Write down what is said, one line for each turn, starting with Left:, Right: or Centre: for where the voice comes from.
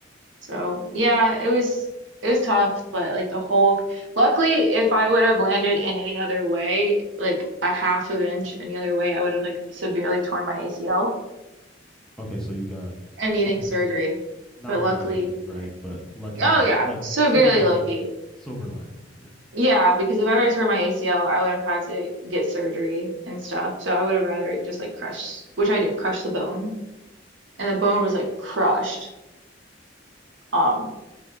Right: So yeah, it was it was tough, but like the whole. Luckily, if I would have landed in any other way, like a half of inch any other way, I would have like severely torn my ACL
Centre: Okay, so you got,
Right: and needing
Centre: I mean,
Right: surgery.
Centre: not
Right: But luckily,
Centre: lucky, right?
Right: I
Centre: But lucky,
Right: Oh yeah,
Centre: like
Right: severely
Centre: silver lining,
Right: lucky.
Centre: silver lining. Yeah.
Right: Yeah, because if I were to tear my ACL, I would have had to get surgery and stuff. So I would have rather just like crushed, which I did, crush the bone, and the bone was like crushed, um,